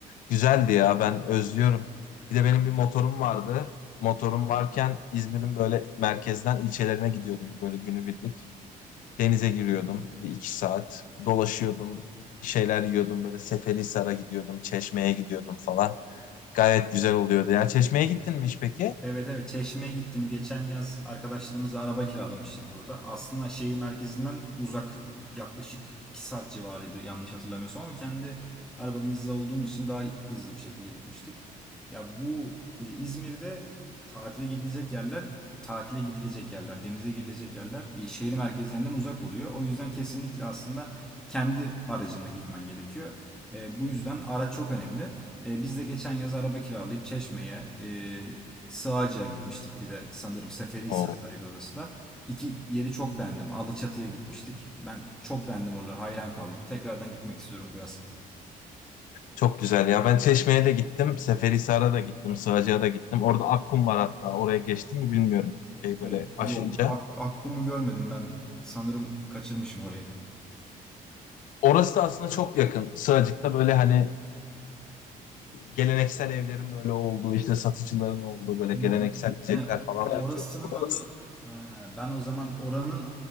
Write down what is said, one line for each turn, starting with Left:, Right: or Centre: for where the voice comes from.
Left: Güzeldi ya, ben özlüyorum. Bir de benim bir motorum vardı. Motorum varken İzmir'in böyle merkezden ilçelerine gidiyordum böyle günübirlik. Denize giriyordum bir iki saat. Dolaşıyordum. Bir şeyler yiyordum. Böyle Seferihisar'a gidiyordum. Çeşme'ye gidiyordum falan. Gayet güzel oluyordu. Ya Çeşme'ye gittin mi hiç peki?
Centre: Evet evet Çeşme'ye gittim. Geçen yaz arkadaşlarımızla araba kiralamıştık burada. Aslında şehir merkezinden uzak yaklaşık 2 saat civarıydı yanlış hatırlamıyorsam ama kendi arabamızda olduğumuz için daha hızlı bir şekilde gitmiştik. Ya bu e, İzmir'de tatile gidilecek yerler, tatile gidilecek yerler, denize girilecek yerler e, şehir merkezlerinden uzak oluyor. O yüzden kesinlikle aslında kendi aracınla gitmen gerekiyor. E, bu yüzden araç çok önemli. E, biz de geçen yaz araba kiralayıp Çeşme'ye, e, Sığacıya gitmiştik bir de sanırım Seferihisar'daydı
Left: Oo,
Centre: orası da. İki yeri çok beğendim. Alaçatı'ya gitmiştik. Ben çok beğendim oraları. Hayran kaldım. Tekrardan gitmek istiyorum bu yaz.
Left: çok güzel ya. Ben Çeşme'ye de gittim. Seferihisar'a da gittim. Sığacak'a da gittim. Orada Akkum var hatta. Oraya geçtim mi bilmiyorum. Şey böyle
Centre: E,
Left: aşınca.
Centre: yok. Ak Akkum'u görmedim ben. Sanırım kaçırmışım orayı.
Left: Orası da aslında çok yakın. Sığacık'ta böyle hani geleneksel evlerin böyle olduğu işte satıcıların olduğu böyle
Centre: Hı
Left: geleneksel
Centre: hı.
Left: yiyecekler
Centre: He,
Left: falan satıyorlar.
Centre: orasının
Left: Orası-
Centre: adı... He, ben o zaman oranın